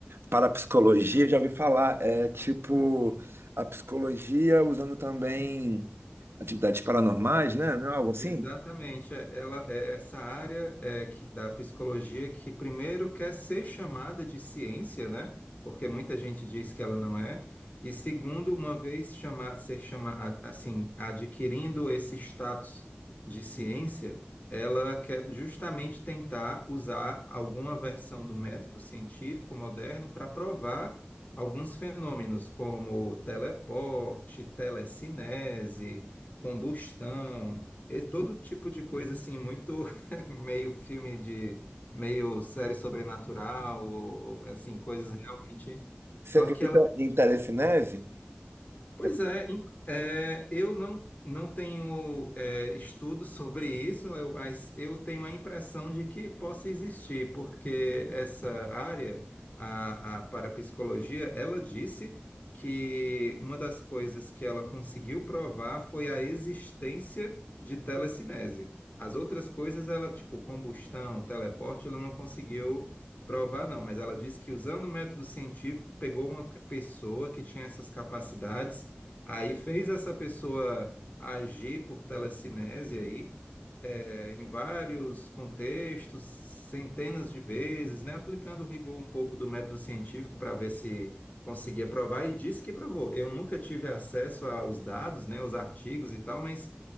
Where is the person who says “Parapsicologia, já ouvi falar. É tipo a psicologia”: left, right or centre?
Right